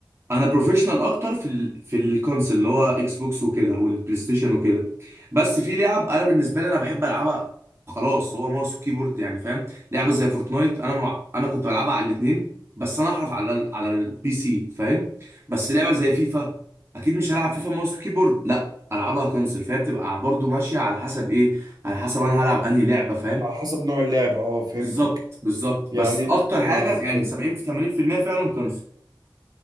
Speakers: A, on the right (about 35°); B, on the right (about 55°).
A: انا بروفيشنال اكتر في ال... في الكونسل اللي هو اكس بوكس وكده والبلاي ستيشن وكده بس في لعب انا بالنسبه لي انا بحب العبها خلاص هو ماوس وكيبورد يعني فاهم لعبه زي فورتنايت انا مع... انا كنت بلعبها على الاثنين بس انا احرف على ال... على البي سي فاهم بس لعبه زي فيفا اكيد مش هلعب فيفا ماوس وكيبورد لا العبها كونسل فهي بتبقى برضو ماشيه على حسب ايه على حسب انا هلعب انهي لعبه فاهم
B: على حسب نوع اللعبه اه فهمتك
A: بالظبط بالظبط
B: يعني
A: بس اكتر حاجه
B: اه
A: يعني
B: فهمت
A: 70 في 80% فعلا كونسل